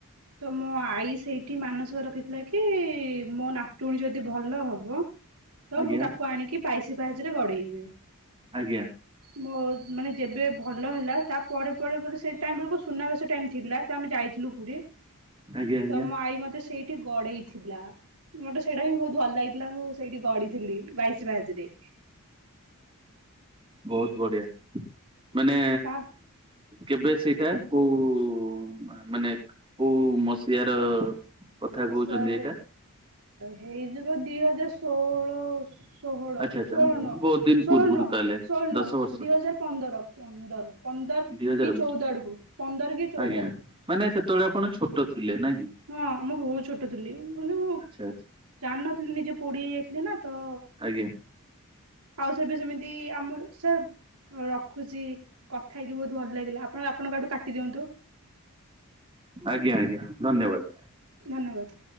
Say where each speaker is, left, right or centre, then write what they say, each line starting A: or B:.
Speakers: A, on the right; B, on the right.
A: ତ ମୋ ଆଈ ସେଇଠି ମାନସିକ ରଖିଥିଲା କି ମୋ ନାତୁଣୀ ଯଦି ଭଲ ହବ ତ
B: ଆଜ୍ଞା
A: ମୁଁ ତାକୁ ଆଣିକି ବାଇସି ପାହାଚ଼ରେ ଗଡ଼େଇବି।
B: ଆଜ୍ଞା।
A: ମୋ ମାନେ ଯେବେ ଭଲ ହେଲା ତା ପରେ ପରେ ପରେ ସେ ଟାଇମ୍ ବେଳକୁ ସୁନାବେସ ଟାଇମ୍ ଥିଲା। ତ ଆମେ ଯାଇଥିଲୁ ପୁରୀ
B: ଆଜ୍ଞା ଆଜ୍ଞା।
A: ତ ମ ଆଈ ମୋତେ ସେଇଠି ଗଡେଇ ଥିଲା ମତେ ସେଇଟା ହିଁ ବହୁତ ଭଲ ଲାଗିଥିଲା ମୁଁ ସେଇଠି ଗଡିଥିଲି ବାଇଶି ପାହାଚରେ।
B: ବହୁତ ବଢିଆ ମାନେ
A: ତା
B: କେବେ ସେଇଟା କୋଉ ମାନେ କୋଉ ମସିଆ ର? କଥା କୋହୁଛନ୍ତି
A: ସା
B: ଏଇଟା?
A: ହେଇଯିବ ଦି ହଜାର ଷୋହଳ ଷୋହଳ
B: ଆଚ୍ଛା ଆଚ୍ଛା
A: ଷୋଳ ନୁହଁ
B: ବହୁତ ଦିନ
A: ଷୋହଳ
B: ପୂର୍ବରୁ
A: ନୁହଁ
B: ତାହେଲେ
A: ଷୋଳ ନୁହଁ
B: ଦଶ ବର୍ଷ
A: ଦୁଇହଜାର ପନ୍ଦର। ପନ୍ଦର ପନ୍ଦର
B: ଦି ହଜାର
A: କି ଚଉଦ ଆଡକୁ ପନ୍ଦର କି ଚଉଦ
B: ଆଜ୍ଞା
A: ଆଡକୁ।
B: ମାନେ ସେତେବେଳେ ଆପଣ ଛୋଟ ଥିଲେ ନାଁ କି?
A: ହଁ ମୁଁ ବହୁତ ଛୋଟ ଥିଲି ମାନେ ମୁଁ
B: ଆଚ୍ଛା ଆଚ୍ଛା
A: ଜାଣିନଥିଲି ନିଜେ ପୋଡି ହେଇ ଯାଇଥିଲି ନା ତ
B: ଆଜ୍ଞା।
A: ଆଉ ସେବେ ସେମିତି ଆମର ସାର୍ ରଖୁଛି କଥା ହେଇକି ବହୁତ ଭଲ ଲାଗିଲା ଆପଣ ଆପଣଙ୍କ ଆଡୁ କାଟି ଦିଅନ୍ତୁ।
B: ଆଜ୍ଞା ଆଜ୍ଞା ଧନ୍ୟବାଦ୍।
A: ଧନ୍ୟବାଦ୍।